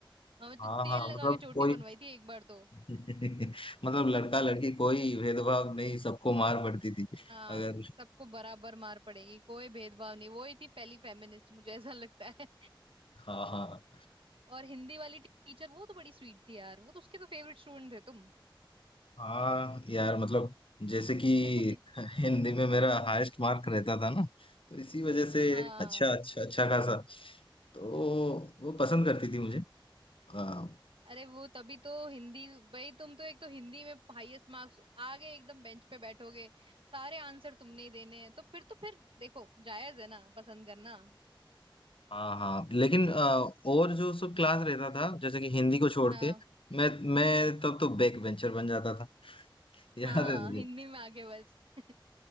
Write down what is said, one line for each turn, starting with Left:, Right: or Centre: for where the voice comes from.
Right: हमें तो
Left: हाँ
Right: तेल
Left: हाँ
Right: लगा
Left: मतलब
Right: के चोटी
Left: कोई
Right: बनवाई थी एक बार तो
Left: <laughs> मतलब लड़का लड़की कोई भेदभाव नहीं सबको मार पड़ती थी
Right: हाँ
Left: अगर
Right: सबको बराबर मार पड़ेगी कोई भेदभाव नहीं वो ही थी पहली फेमिनिस्ट मुझे ऐसा लगता है
Left: हाँ हाँ
Right: <laughs> और हिंदी वाली टीचर वो तो बड़ी स्वीट थी यार वो तो उसके तो फेवरेट स्टूडेंट थे तुम
Left: हाँ यार मतलब जैसे कि
Right: <laughs>
Left: हिंदी में मेरा हाईएस्ट मार्क रहता था ना तो इसी वजह से
Right: हाँ
Left: अच्छा अच्छा अच्छा खासा तो वो पसंद करती थी मुझे हाँ,
Right: अरे वो तभी तो हिंदी भाई तुम तो एक तो हिंदी में हाईएस्ट मार्क्स आगे एकदम बेंच पे बैठोगे सारे आंसर तुमने ही देने हैं तो फिर तो फिर देखो जायज है ना पसंद करना
Left: हाँ हाँ लेकिन अ, और जो सब क्लास रहता था जैसे कि हिंदी को छोड़
Right: हाँ
Left: के मैं मैं तब तो बैक बेंचर बन जाता था <laughs>
Right: हाँ
Left: याद
Right: हाँ,
Left: है तुझे
Right: हिंदी में आगे बस <laughs>